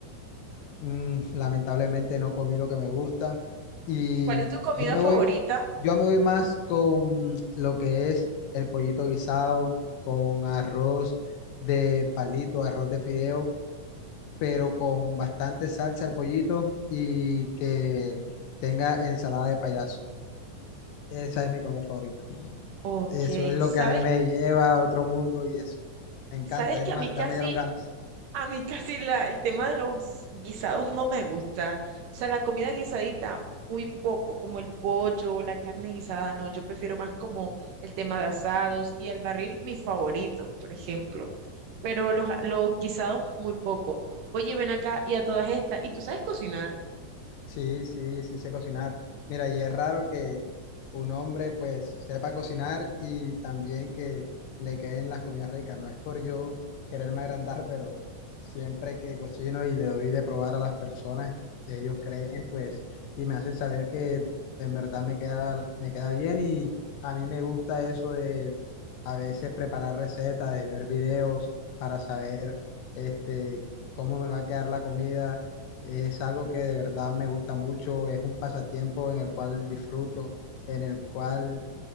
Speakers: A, on the left; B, on the right.
A: Mm, lamentablemente no comí lo que me gusta y
B: ¿Cuál es tu comida
A: yo me
B: favorita?
A: voy, yo me voy más con lo que es el pollito guisado, con arroz de palito, arroz de fideo, pero con bastante salsa el pollito y que tenga ensalada de payaso. Esa es mi comida favorita.
B: Ok,
A: Eso es lo
B: ¿sabes?
A: que a mí me lleva a otro mundo y eso me encanta.
B: ¿Sabes que
A: Es más,
B: a mí casi,
A: ya me dieron ganas.
B: a mí casi la, el tema de los guisados no me gusta? O sea, la comida guisadita, muy poco, como el pollo, la carne guisada, no, yo prefiero más como el tema de asados y el barril, mi favorito, por ejemplo. Pero los, a- los guisados, muy poco. Oye, ven acá y a todas estas, ¿y tú sabes cocinar?
A: Sí, sí, sí sé cocinar. Mira, y es raro que un hombre pues sepa cocinar y también que le queden las comidas ricas. No es por yo quererme agrandar, pero siempre que cocino y le doy de probar a las personas, ellos creen pues y me hacen saber que en verdad me queda, me queda bien y a mí me gusta eso de a veces preparar recetas, de ver videos para saber este, cómo me va a quedar la comida es algo que de verdad me gusta mucho, es un pasatiempo en el cual disfruto, en el cual